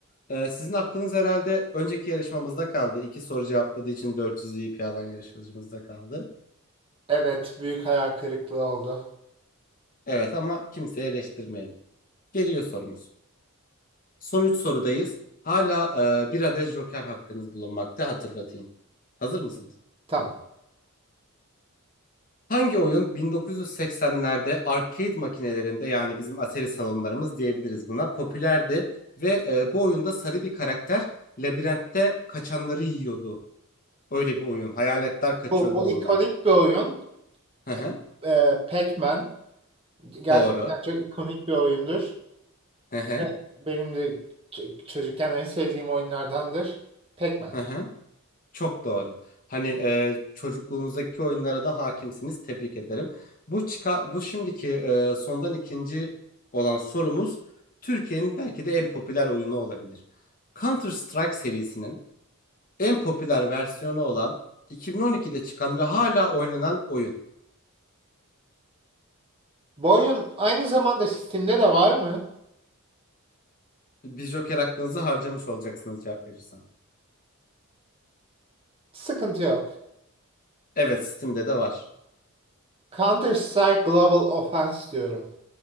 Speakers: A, on the left (about 40°); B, on the right (about 25°).
A: E, sizin aklınız herhalde önceki yarışmamızda kaldı. İki soru cevapladığı için 400 VP alan yarışmacımızda kaldı.
B: Evet, büyük hayal kırıklığı oldu.
A: Evet ama kimseyi eleştirmeyelim. Geliyor sorumuz. Son 3 sorudayız. Hala e, bir adet Joker hakkınız bulunmakta hatırlatayım. Hazır mısınız?
B: Tamam.
A: Hangi oyun 1980'lerde arcade makinelerinde yani bizim Atari salonlarımız diyebiliriz buna popülerdi ve e, bu oyunda sarı bir karakter labirentte kaçanları yiyordu. Öyle bir oyun. Hayaletler kaçıyordu
B: Bu, bu
A: ondan.
B: ikonik bir oyun.
A: Hı hı.
B: E, e, Pac-Man gerçekten
A: Doğru.
B: çok ikonik bir oyundur.
A: Hı hı.
B: Evet, benim de ç- çocukken en sevdiğim oyunlardandır. Pac-Man.
A: Hı hı. Çok doğru. Hani e, çocukluğunuzdaki oyunlara da hakimsiniz. Tebrik ederim. Bu çıka bu şimdiki e, sondan ikinci olan sorumuz Türkiye'nin belki de en popüler oyunu olabilir. Counter Strike serisinin en popüler versiyonu olan 2012'de çıkan ve hala oynanan oyun.
B: Bu oyun aynı zamanda Steam'de de var mı?
A: Bir Joker hakkınızı harcamış olacaksınız cevap verirsen.
B: Sıkıntı yok.
A: Evet, Steam'de de var.
B: Counter-Strike Global Offense diyorum.